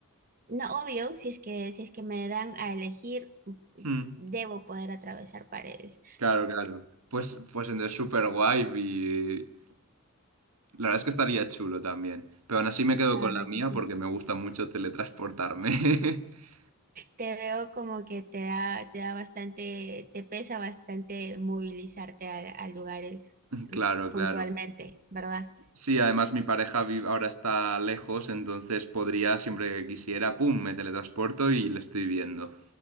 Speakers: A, on the right; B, on the right.
A: No, obvio, si es que, si es que me dan a elegir,
B: Hmm,
A: debo poder atravesar paredes.
B: claro, claro. Pues, pues entonces súper guay y la verdad es que estaría chulo también. Pero aún así me quedo
A: La
B: con
A: verdad
B: la mía
A: que sí.
B: porque me gusta mucho teletransportarme. <laughs>
A: Te veo como que te da, te da bastante, te pesa bastante movilizarte a a lugares mm,
B: Claro,
A: puntualmente,
B: claro.
A: ¿verdad?
B: Sí, además mi pareja vi- ahora está lejos, entonces podría, siempre que quisiera, ¡pum!, me teletransporto y le estoy viendo.